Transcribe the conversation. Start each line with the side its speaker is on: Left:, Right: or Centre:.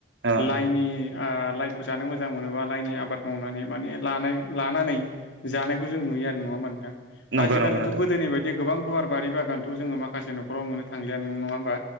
Right: अ
Left: लाइनि आ आ लाइखौ जानो मोजां मोनोबा लाइनि आबाद मावनानै माने लानाय लानानै जानायखौ जों नुयो आ नङा होनबा नोंथां
Right: नंगौ
Left: आजिखालिथ'
Right: नंगौ नोंथां
Left: गोदोनि बायदि गोबां गुवार बारि बागानथ' जोङो माखासे नखराव नुनो थांलिया नङा होमबा